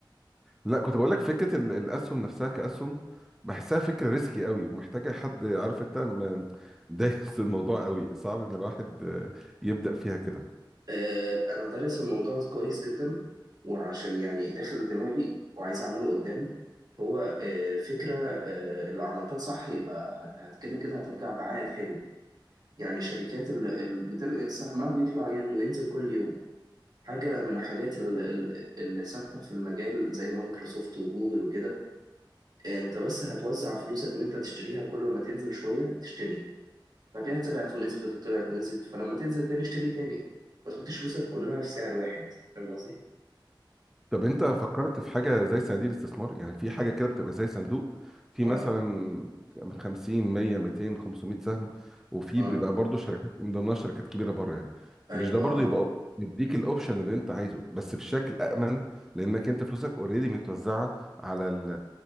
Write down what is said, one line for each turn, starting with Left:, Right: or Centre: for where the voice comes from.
Centre: لا كنت بقول لك فكره ال- الاسهم نفسها كاسهم بحسها فكره ريسكي قوي ومحتاجه حد عارف انت م- دايس الموضوع قوي صعب ان الواحد آه، يبدا فيها كده
Right: آه، انا دارس الموضوع كويس جدا وعشان يعني داخل دماغي وعايز اعمله قدام فهو آه، فكره آه، لو عملتها صح يبقى هت هت كده كده هترجع بعائد حلو يعني شركات اللي بترقل سهمها بيطلع ي- وينزل كل يوم حاجه من الحاجات ال- ال- اللي ثابته في المجال زي مايكروسوفت وجوجل وكده آه، انت بس هتوزع فلوسك ان انت تشتريها كل ما تنزل شويه تشتريه فتلاقيها طلعت ونزلت وطلعت ونزلت فلما تنزل تاني اشتري تاني ما تحطش فلوسك كلها في سعر واحد فاهم قصدي؟
Centre: طب انت فكرت في حاجه زي صناديق الاستثمار يعني في حاجه كده بتبقى زي صندوق في
Right: اه
Centre: مثلا من 50 100 200 500 سهم وفي
Right: اه
Centre: بيبقى برضو شركات من ضمنها شركات كبيره بره يعني
Right: ايوه
Centre: مش ده برضو
Right: اه
Centre: يبقى مديك الاوبشن اللي انت عايزه بس بشكل امن لانك انت فلوسك اوريدي متوزعه على ال-